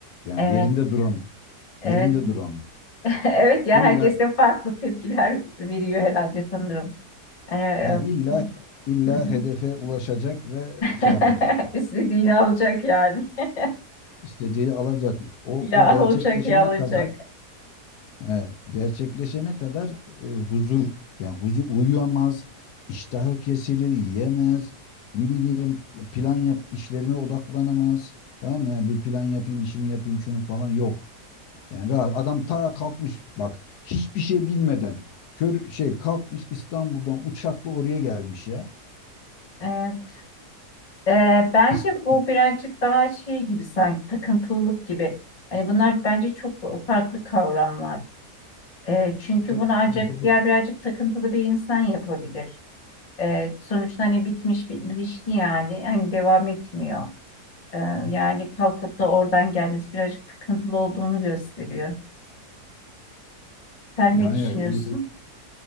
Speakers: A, on the left; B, on the left.
A: Yani
B: Evet,
A: yerinde duramıyor.
B: evet.
A: Yerinde duramıyor.
B: <laughs> Evet ya
A: İlla
B: herkes de farklı tepkiler veriyor herhalde sanırım. E, e,
A: He, illa illa
B: hı hı.
A: hedefe ulaşacak ve şey
B: <laughs>
A: yapacak.
B: İstediğini alacak yani. <laughs>
A: İstediği alacak. O
B: Ya
A: o gerçekleşene
B: olacak ya alacak.
A: kadar he, gerçekleşene kadar e, huzur yani huzur uyuyamaz, iştahı kesilir, yiyemez. Ne bileyim plan yap işlerine odaklanamaz. Tamam mı? Yani bir plan yapayım, işimi yapayım, şunu falan yok. Yani rahat. Adam ta kalkmış bak hiçbir şey bilmeden kör şey kalkmış İstanbul'dan uçakla oraya gelmiş ya.
B: Evet. Ee, bence
A: İstanbul
B: bu birazcık daha şey gibi sanki takıntılılık gibi. Hani bunlar bence çok farklı kavramlar. Ee, çünkü
A: tabii tabii.
B: bunu ancak
A: tabii.
B: diğer birazcık takıntılı bir insan yapabilir. Ee, sonuçta hani bitmiş bir ilişki yani hani devam etmiyor. Ee, yani kalkıp da oradan gelmesi birazcık takıntılı olduğunu gösteriyor. Sen
A: Yani
B: ne düşünüyorsun?